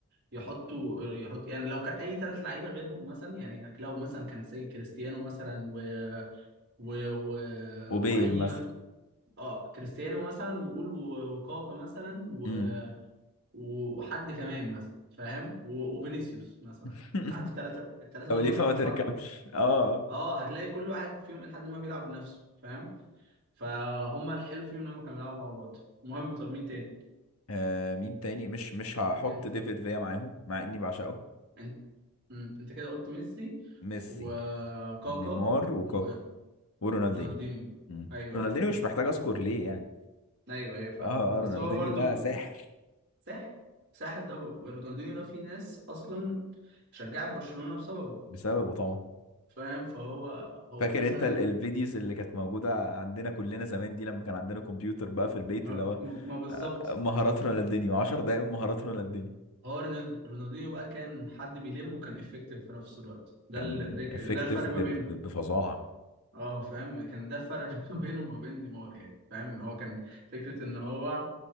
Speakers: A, on the right (about 50°); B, on the left (about 70°).
A: يحطوا يحط يعني لو كان اي تلات لعيبه غيرهم مثلا يعني لو مثلا كان سي كريستيانو مثلا و و... و...
B: وبيل
A: واي
B: مثلا
A: اه كريستيانو مثلا وقول و- وكاكا مثلا و...
B: امم
A: و... وحد كمان مثلا فاهم و... وفينيسيوس مثلا
B: <laughs>
A: عارف الثلاثه الثلاثه دول
B: او ليفا
A: مثلا
B: ما
A: لو اتحط
B: تركبش اه
A: اه هتلاقي كل واحد فيهم لحد ما بيلعب لنفسه فاهم فهم الحلو فيهم ان هم كانوا بيلعبوا مع بعض المهم طب مين تاني
B: آه مين تاني مش مش هحط
A: انت
B: ديفيد فيا معاهم مع اني بعشقه
A: انت مم. انت كده قلت ميسي
B: ميسي
A: وكاكا
B: نيمار وكاكا
A: و...
B: ورونالدينيو
A: ورونالدينيو
B: مم.
A: ايوه
B: رونالدينيو مش محتاج اذكر ليه يعني
A: ايوه ايوه فاهم
B: اه اه
A: بس
B: رونالدينيو
A: هو برضه
B: ده ساحر
A: ساحر ساحر ده رونالدينيو ده في ناس اصلا شجعت برشلونة بسببه
B: بسببه طبعا
A: فاهم فهو هو
B: فاكر
A: مثلا
B: انت ال- الفيديوز اللي كانت موجودة عندنا كلنا زمان دي لما كان عندنا كمبيوتر بقى في البيت
A: ما,
B: اللي هو
A: ما بالظبط
B: آه، مهارات
A: بالظبط
B: رونالدينيو 10 دقايق من مهارات رونالدينيو
A: هو رونالد- رونالدينيو بقى كان حد بيلم وكان افكتيف في نفس الوقت ده
B: كان
A: ال...
B: افكتيف
A: ده الفرق ما بينهم
B: بفظاعة
A: اه فاهم كان ده الفرق <laughs> ما بينه وما بين نيمار يعني فاهم ان هو كان فكرة ان هو